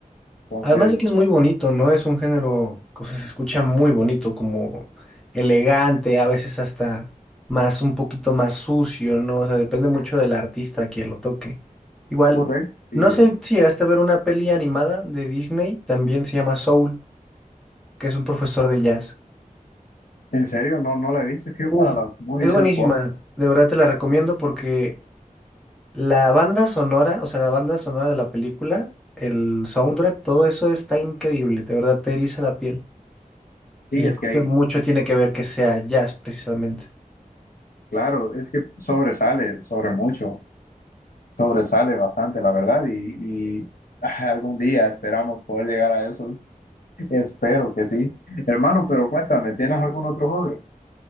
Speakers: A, on the left; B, in the centre.
A: Entonces,
B: Además de que es muy bonito, ¿no? Es un género, o sea, se escucha muy bonito, como elegante, a veces hasta más, un poquito más sucio, ¿no? O sea, depende mucho del artista a quien lo toque. Igual,
A: correcto. Y
B: no sé si llegaste a ver una peli animada de Disney, también se llama Soul, que es un profesor de jazz.
A: en serio, no, no la he visto. Es que yo
B: Uf,
A: para las movies
B: es buenísima,
A: soy poco.
B: de verdad te la recomiendo porque la banda sonora, o sea, la banda sonora de la película, el soundtrack, todo eso está increíble, de verdad te eriza la piel.
A: Sí,
B: Y
A: es
B: yo creo
A: que hay,
B: que mucho tiene que ver que sea jazz, precisamente.
A: claro, es que sobresale, sobre mucho, sobresale bastante, la verdad, y, y, <laughs> ah, algún día esperamos poder llegar a eso, espero que sí. Hermano, pero cuéntame, ¿tienes algún otro hobby?